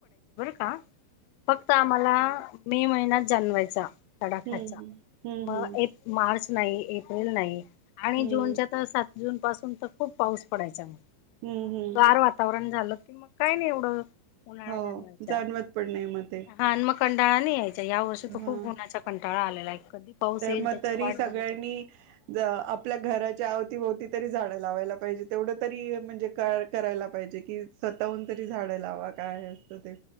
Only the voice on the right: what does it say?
हम्म हम्म
हम्म हम्म
हम्म
हम्म हम्म
हो.
जाणवत पण नाही म ते.
हा
तर
मग
तरी
सगळ्यांनी-
ज आपल्या घराच्या अवतीभोवती तरी झाडं लावायला पाहिजे. तेवढं तरी म्हणजे- करायला पाहिजे. कि स्वतःहून तरी झाडं लावा काय असतं ते?